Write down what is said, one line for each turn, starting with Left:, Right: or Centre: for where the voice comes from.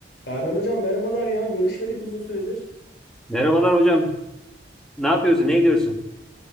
Left: Erhan hocam merhabalar ya görüşmedik uzun süredir.
Centre: Merhabalar hocam. Ne yapıyorsun? Ne ediyorsun?